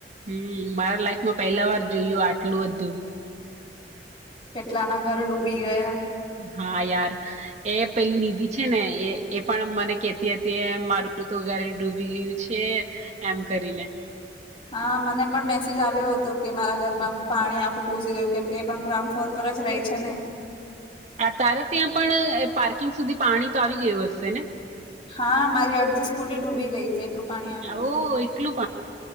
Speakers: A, on the right (about 40°); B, on the left (about 30°).
A: હમમ મારા લાઈફમાં પેલા વાર જોયું આટલું હતું.
B: કેટલા ના ઘર ડૂબી ગયા.
A: હા યાર એ પેલી નિધિ છે ને એ એ પણ મને કેતી હતી એમ મારું મારું તો ઘર ડૂબી ગયું છે એમ કરીને
B: હા મને પણ મેસેજ આવ્યો હતો કે મારા ઘરમાં પાણી આખું ઘુસી ગયું કેમ કે એ પણ ગ્રાઉન્ડ ફ્લોર પર જ રહે છે ને
A: આ તારા ત્યાં પણ પાર્કિંગ સુધી પાણી તો આવી ગયું હશે ને.
B: હા, મારી અડધી સ્કૂટી ડૂબી ગઈ તી. એટલું પાણી
A: ને
B: આવ્યું હતું.
A: ઓ એટલું